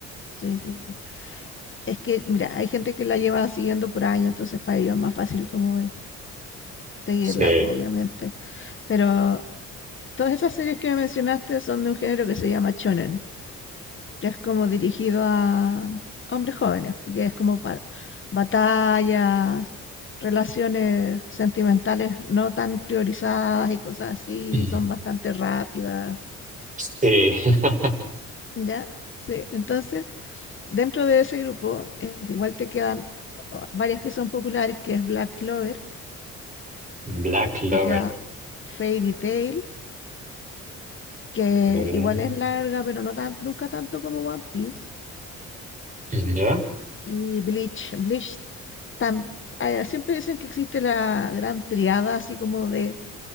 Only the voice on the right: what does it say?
Sí.
Mm,
Sí. <laughs>
Black Lover.
A ver,
¿Ya?